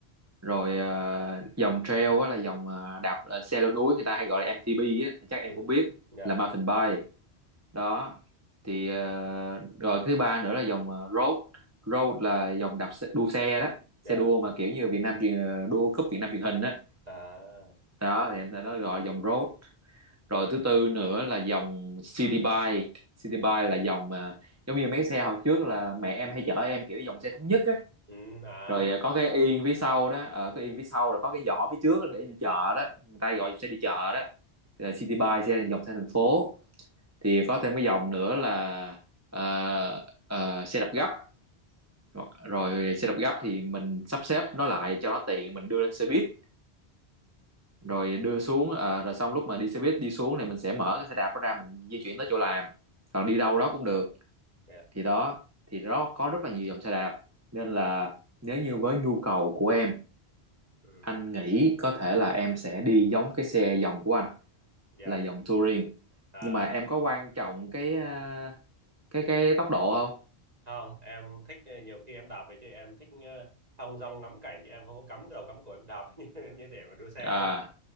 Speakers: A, on the right (about 15°); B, on the right (about 40°).
A: rồi à, dòng trail á là dòng à, đạp à, xe leo núi người ta hay gọi là MTB á chắc em
B: ừ
A: cũng biết
B: dạ
A: là mountain bike đó thì à, rồi cái thứ ba nữa là dòng à, road road là dòng đạp xe, đua xe đó xe
B: dạ
A: đua mà kiểu như Việt Nam truyền ờ, đua cúp Việt Nam truyền hình á
B: à
A: đó thì người ta nó gọi là dòng road rồi thứ tư nữa là dòng City Bike City Bike là dòng mà giống như mấy cái xe hồi trước là mẹ em hay chở em kiểu dòng xe thống nhất á
B: ừ à
A: rồi à, có cái yên phía sau đó ờ, cái yên phía sau là có cái giỏ phía trước để đi chợ đó người ta
B: dạ
A: gọi xe đi chợ đó thì là City Bike xe dòng xe thành phố thì có thêm cái dòng nữa là ờ, ờ, xe đạp gấp Hoặc- rồi xe đạp gấp thì mình sắp xếp nó lại cho nó tiện mình đưa lên xe buýt
B: ừ
A: rồi đưa xuống ờ, rồi xong lúc mà đi xe buýt đi xuống này mình sẽ mở cái xe đạp đó ra mình di chuyển tới chỗ làm hoặc đi đâu đó cũng được
B: dạ
A: thì đó thì đó có rất là nhiều dòng xe đạp nên là nếu như với nhu cầu của em
B: ừ
A: anh nghĩ có thể là em sẽ đi giống cái xe dòng của anh
B: dạ
A: là dòng touring
B: à
A: nhưng mà em có quan trọng cái ờ, cái cái tốc độ không
B: không em thích ờ, nhiều khi em đạp về chứ em thích ờ, thong dong ngắm cảnh em không có cắm đầu cắm cổ em đạp <laughs> như, như để mà đua xe
A: à
B: đâu